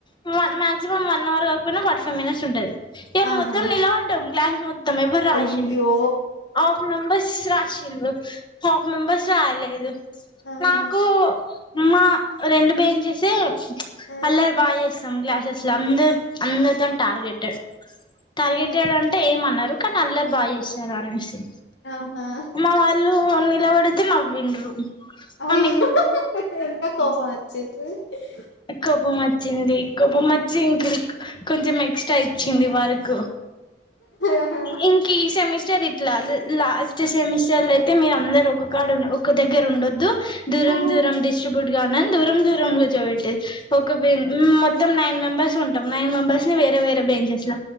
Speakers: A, on the left (about 25°); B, on the left (about 90°).
A: నువ్వు అనమా వన్ అవర్ కాకపోనా ఫోర్టిఫైవ్ మినిట్స్ ఉంటది ఇయాల
B: ఆహా
A: మొత్తం నిలబడం క్లాస్స్ మొత్తం ఎవరు
B: అయ్యో
A: రాసిలె ఆఫ్ మెంబర్స్ రా చిల్ హాఫ్ మెంబర్స్ రాయలేదు,
B: ఆహా
A: నాకు మ్మా రెండు బేన్చీస్ చే
B: ఆ
A: అల్లరి బాగా చే సమ్ క్లాసెస్ లో అందరు అందరితోను టార్గెటెడ్, టార్గెటెడ్
B: ఆహా
A: అంటే ఏమనరు కానీ అల్లరి బాగా చేస్తారు అనేసి
B: ఆహా
A: మా వాళ్ళు నిలవడి ఐతే నవ్విండ్రు
B: అయినాకా
A: ఆమె
B: కోపం వచ్చి చెతే <unintelligible>
A: కోపం వచ్చింది కోపం వచ్చి ఇంక కొంచెం ఎక్స్ట్రా ఇచ్చింది వర్కు
B: ఆహా
A: ఇంకి సెమిస్ చ్చరిట్ల ఆలు లాస్ట్ సెమస్టర్ లైతే అయితే మీరు అందరు ఒక కాడ ఉండ ఒక దగ్గర ఉండొదు దూరం
B: ఆహా
A: దూరం డిస్ట్రిబ్యూట్ గండని దూరం దూరం కూర్చోబె టె ఒక బె మొత్తం ము నైన్ మెంబర్స్ ఉంటాం నైన్ మెంబర్స్నీ వేరే వేరే బెంచెస్ ల